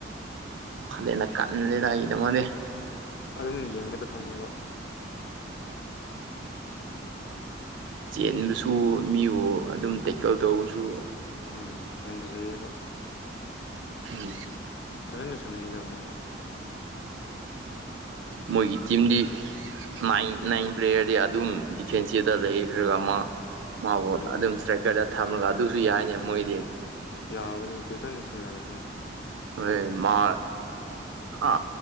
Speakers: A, on the right; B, on the left.
A: ꯈꯂꯦꯟꯅ ꯀꯟꯦꯗ ꯑꯩꯒꯤꯗꯃꯅꯦ
B: ꯑꯗꯨꯝ ꯌꯦꯡꯕꯗ ꯈꯪꯉꯦꯕ
A: ꯆꯦꯟꯕꯁꯨ ꯃꯤꯕꯨ ꯑꯗꯨꯝ ꯇꯦꯛꯀꯜ ꯇꯧꯕꯁꯨ
B: ꯎꯝ ꯌꯥꯝ ꯐꯖꯩꯌꯦꯕ
A: ꯎꯝ
B: ꯐꯖꯅꯁꯅꯗ ꯃꯣꯏ
A: ꯃꯣꯏꯒꯤ ꯇꯤꯝꯗꯤ ꯅꯥꯏꯟ ꯅꯥꯏꯟ ꯄ꯭ꯂꯦꯌꯔꯗꯤ ꯑꯗꯨꯝ ꯗꯤꯐꯦꯟꯁꯤꯞꯇ ꯂꯩꯈ꯭ꯔꯒ ꯑꯃ ꯃꯥꯕꯨ
B: ꯑꯗꯨꯅꯤ
A: ꯑꯗꯨꯝ ꯏꯁꯇ꯭ꯔꯥꯏꯀꯔꯗ ꯊꯝꯂꯒ ꯑꯗꯨꯁꯨ ꯌꯥꯏꯅꯦ ꯃꯣꯏꯗꯤ
B: ꯌꯥꯕꯅꯦ ꯇꯇꯟ ꯁꯥꯟꯅꯔꯁꯨ
A: ꯍꯣꯏ ꯃꯥ ꯑ